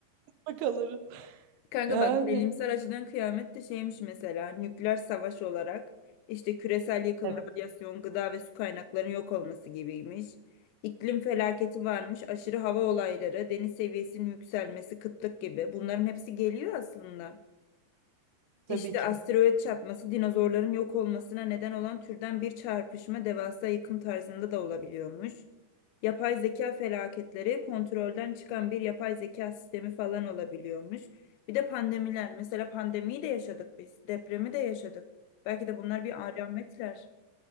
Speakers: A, on the right; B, on the left.
A: düşünce kalırız.
B: Kanka
A: Yani.
B: bak bilimsel açıdan kıyamet de şeymiş mesela nükleer savaş olarak işte küresel yıkım,
A: Evet
B: radyasyon, gıda ve su kaynaklarının yok olması gibiymiş. İklim felaketi varmış, aşırı hava olayları, deniz seviyesinin yükselmesi, kıtlık gibi. Bunların hepsi geliyor aslında.
A: tabii
B: İşte
A: ki.
B: asteroid çarpması dinozorların yok olmasına neden olan türden bir çarpışma devasa yıkım tarzında da olabiliyormuş. Yapay zeka felaketleri kontrolden çıkan bir yapay zeka sistemi falan olabiliyormuş. Bir de pandemiler. Mesela pandemiyi de yaşadık biz. Depremi de yaşadık. Belki de bunlar bir alametler.